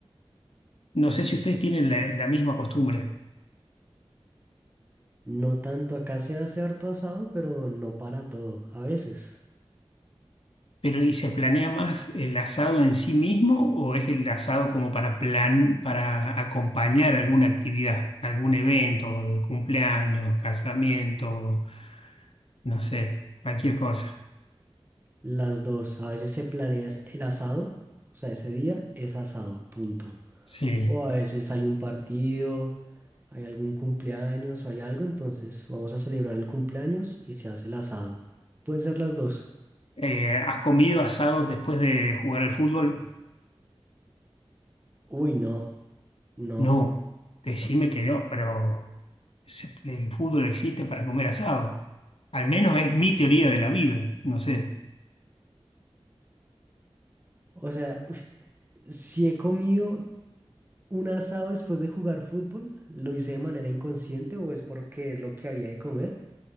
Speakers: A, on the left; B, on the right.
A: No sé si ustedes tienen la, la misma costumbre,
B: No tanto, acá se hace harto asado, pero no para todo, a veces.
A: pero ¿y se planea más el asado en sí mismo o es el asado como para plan, para acompañar alguna actividad, algún evento, cumpleaños, casamiento, no sé, cualquier cosa?
B: Las dos, a veces se planea es el asado, o sea, ese día es asado, punto.
A: Sí.
B: O a veces hay un partido, hay algún cumpleaños o hay algo, entonces vamos a celebrar el cumpleaños y se hace el asado. Pueden ser las dos.
A: Eh, ¿has comido asados después de jugar al fútbol?
B: Uy, no, no.
A: No, decime que no, pero se- el fútbol existe para comer asado. Al menos es mi teoría de la vida, no sé.
B: O sea, uf, si he comido un asado después de jugar fútbol, lo hice de manera inconsciente o es porque es lo que había de comer,